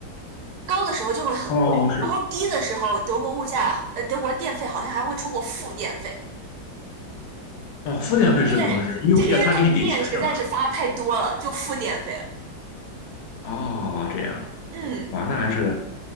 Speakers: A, on the right (about 75°); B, on the left (about 80°).
A: 高的时候就会很贵，
B: 哦，是
A: 然后低的时候，德国物价，呃，德国电费好像还会出过负电费，
B: 哦，付电费是怎么回事？
A: 因为就是因为它的电实在是发太多了，
B: 用电他给你给钱是吗？
A: 就负电费了。
B: 哦，这样
A: 嗯，
B: 哇，那还是